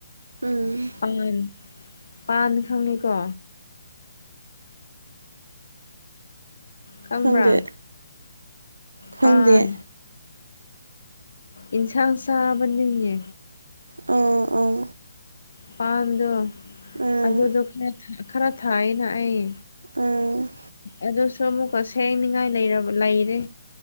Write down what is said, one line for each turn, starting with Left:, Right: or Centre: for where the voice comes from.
Right: ꯎꯝ
Left: ꯄꯥꯟ ꯄꯥꯟ ꯈꯪꯉꯤꯀꯣ ꯈꯪꯕ꯭ꯔꯥ
Right: ꯈꯪꯗꯦ ꯈꯪꯗꯦ
Left: ꯄꯥꯟ ꯏꯟꯁꯥꯡ ꯆꯕ ꯅꯅꯤ
Right: ꯑꯥ ꯑꯥ
Left: ꯃꯄꯥꯟꯗꯣ
Right: ꯎꯝ
Left: ꯑꯗꯨꯗꯣ ꯈꯔ ꯈꯔ ꯊꯥꯏꯅ ꯑꯩ
Right: ꯎꯝ
Left: ꯑꯗꯨꯁꯨ ꯑꯃꯨꯛꯀ ꯁꯦꯡꯅꯤꯡꯉꯥꯏꯔꯕ ꯂꯩꯔꯦ